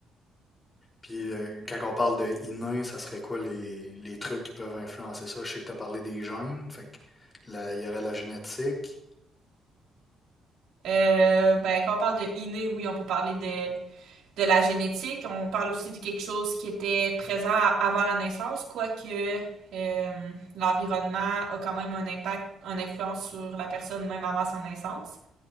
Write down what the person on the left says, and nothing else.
Puis euh, quand on parle de inné, ça serait quoi les, les trucs qui peuvent influencer ça? Je sais que tu as parlé des gènes, fait que la- il y aurait la génétique.